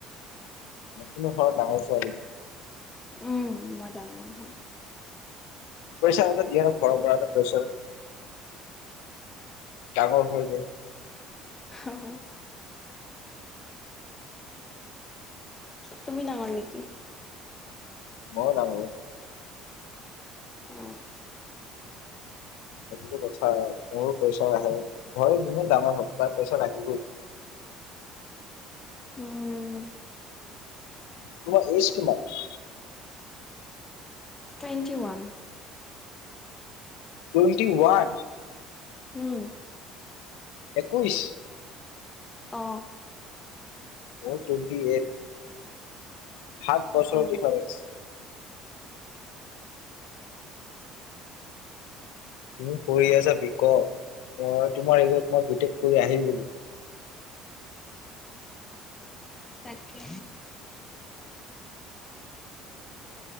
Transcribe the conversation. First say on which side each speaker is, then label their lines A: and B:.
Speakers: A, on the left; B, on the left.
A: ভন্টি ঘৰত ডাঙৰ ছোৱালী?
B: উম মই ডাঙৰ হয়।
A: প্ৰেচাৰ এটা দিয়ে ন ঘৰৰ পৰা এটা প্ৰেচাৰ। ডাঙৰ হৈ যায়।
B: অ অ তুমি ডাঙৰ নেকি?
A: মইওঁ ডাঙৰ।
B: অ
A: সেইটোতো কথা, মোৰো প্ৰেচাৰ আহে, ঘৰৰ যোনে ডাঙৰ হওঁক তাৰ প্ৰেচাৰ আহিবই। <inaudible>
B: উম।
A: তোমাৰ এজ কিমান?
B: Twenty one.
A: Twenty one?
B: উম।
A: একৈশ?
B: অ।
A: মোৰ টুৱেন্টি এইট, সাত বছৰৰ
B: অ
A: ডিফাৰেঞ্চ। তুমি পঢ়ি আছা বি কম, মই তোমাৰ এগত মই বি টেক কৰি আহি গ'লো।
B: তাকে